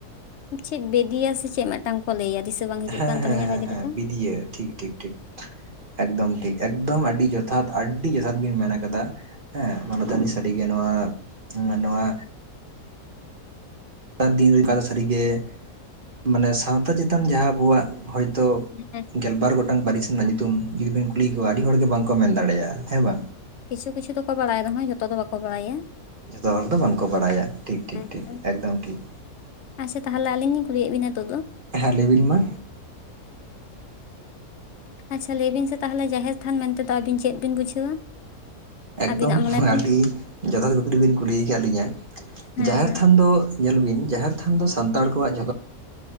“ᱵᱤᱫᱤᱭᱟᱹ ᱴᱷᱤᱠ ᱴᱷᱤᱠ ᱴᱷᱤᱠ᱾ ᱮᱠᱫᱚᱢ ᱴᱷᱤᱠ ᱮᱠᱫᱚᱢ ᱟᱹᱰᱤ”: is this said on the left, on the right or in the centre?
Right